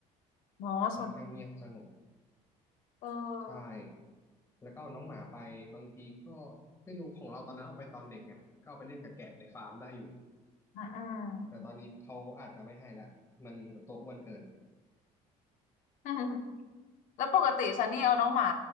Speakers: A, on the left; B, on the left.
A: หมอส่วน
B: ค่อนข้างเงียบสงบ
A: เออ
B: ใช่แล้วก็เอาน้องหมาไปบางทีก็ไม่รู้ของเราตอนนั้นเอาไปตอนเด็กไงก็เอาไปเล่นกับแกะในฟาร์มได้อยู่
A: อืม <laughs> อื
B: แต่ตอนนี้เขาอาจจะไม่ให้ละมันตัวอ้วนเกิน
A: ม <laughs> แล้วปกติซันนี่เอาน้องหมา